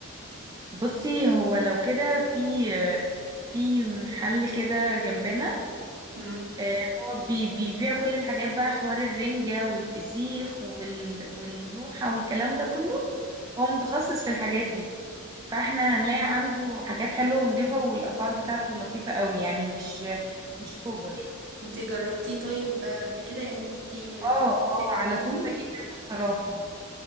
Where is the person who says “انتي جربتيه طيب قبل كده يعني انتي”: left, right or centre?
Right